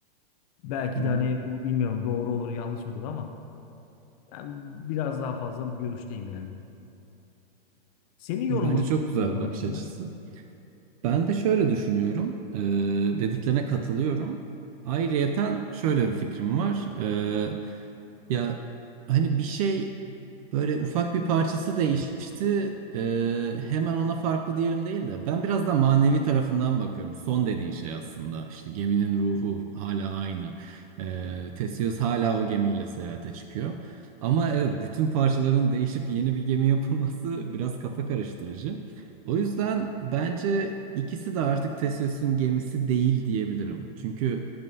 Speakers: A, on the left; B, on the right.
A: Belki
B: Hı hı.
A: de hani bu bilmiyorum doğru olur yanlış olur ama ben biraz daha fazla bu görüşteyim yani. Senin yorumun
B: Bence çok
A: ne
B: güzel
A: bu konu
B: bir bakış
A: hakkında?
B: açısı. Ben de şöyle düşünüyorum. Ee, dediklerine katılıyorum. Ayrıyeten şöyle bir fikrim var. Ee, ya hani bir şey Böyle ufak bir parçası değişti. Ee, hemen ona farklı diyelim değil de. Ben biraz da manevi tarafından bakıyorum. Son dediğin şey aslında. İşte geminin ruhu hala aynı. Ee, Theseus hala o gemiyle seyahate çıkıyor. Ama evet, bütün parçaların değişip yeni bir gemi yapılması <laughs> biraz kafa karıştırıcı. O yüzden bence ikisi de artık Theseus'un gemisi değil diyebilirim. Çünkü